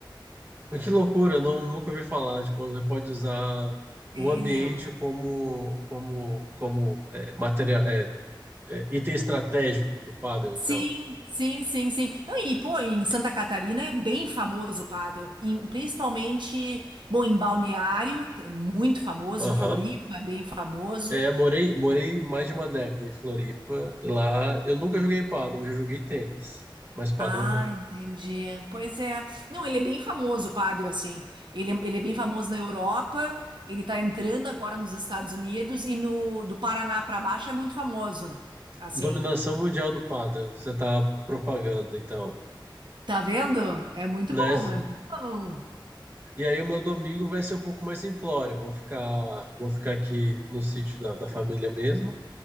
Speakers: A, on the right; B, on the right.
A: Mas Que loucura, eu não, nunca ouvi falar. Tipo, você pode usar o
B: Entendeu?
A: ambiente como, como, como é, material, é, é, item estratégico para o pádel,
B: Sim,
A: então.
B: sim, sim, sim. Não, e, pô, em Santa Catarina é bem famoso o pádel, em- principalmente, bom, em Balneário, é muito famoso,
A: Aham.
B: em Floripa é bem famoso.
A: É, morei, morei mais de uma década em Floripa. E lá eu nunca joguei pádel, eu joguei tênis, mas pádel
B: Ah,
A: não.
B: entendi. Pois é. Não, ele é bem famoso o pádel, assim. Ele, é- ele é bem famoso na Europa, ele tá entrando agora nos Estados Unidos e no do Paraná pra baixo é muito famoso. Assim,
A: Dominação mundial do pádel, você tá propagando, então,
B: tá vendo? É muito
A: né?
B: bom, é muito bom.
A: E aí o meu domingo vai ser um pouco mais simplório. Vou ficar, vou ficar aqui no sítio da, da família mesmo.